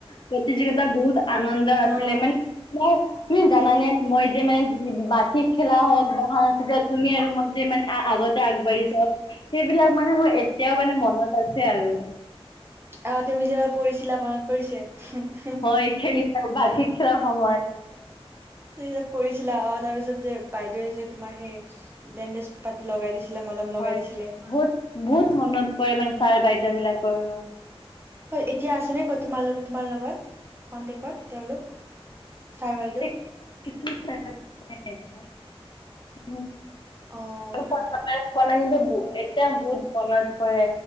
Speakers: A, on the left; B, on the right.
A: প্ৰতিযোগিতাত বহুত আনন্দ আছিলে
B: অ'।
A: মানে তোমাৰ, তুমি জানানে? মই যে মানে বাৰ্ষিক খেলা হওঁক বা সাংস্কৃতিক তুমি আৰু মই তে মানে আ-আগতে আগবাঢ়ি যাও, সেইবিলাক মানে মোৰ এতিয়াও মানে মনত আছে আৰু।
B: অ', তুমি যে এবাৰ পৰিছিলা মনত পৰিছে?
A: হয় খেলি, বাৰ্ষিক খেলাৰ সময়ত।
B: তুমি যে পৰিছিলা। অ', তাৰ পিছত যে বাইদেৱে যে তোমাৰ সেই বেণ্ডেজ পাতি লগাই দিছিলে মলম।
A: হয়।
B: লগাই দিছিলে। হয়,
A: বহুত বহুত মনত পৰে মানে ছাৰ বাইদৈ বিলাকৰো।
B: হয়, এতিয়া আছে নে তোমাৰ লগত তোমাৰ লগত কনটেকত তেওঁলোক? ছাৰ-বাইদেউ।
A: <unintelligible>
B: অ'।
A: <unintelligible> খোৱা নাই কিন্তু এতিয়া বহুত মনত পৰে।